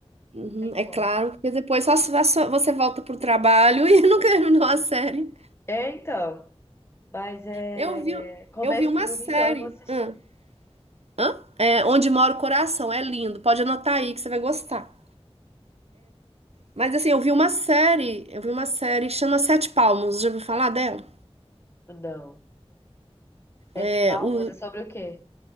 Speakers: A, on the right; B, on the left.
A: uhum,
B: tem
A: é
B: como.
A: claro, porque depois só, se- só você volta pro trabalho <laughs> e não terminou a série.
B: É, então. Mas é.
A: Eu vi,
B: Como
A: eu
B: é
A: vi
B: filme,
A: uma série.
B: então eu vou assistir.
A: Hã? Hã? É, Onde Mora o Coração, é lindo. Pode anotar aí que você vai gostar. Mas assim, eu vi uma série, eu vi uma série que chama Sete Palmos. Já ouviu falar dela?
B: Não. Sete
A: É,
B: Palmas
A: o,
B: é sobre o quê?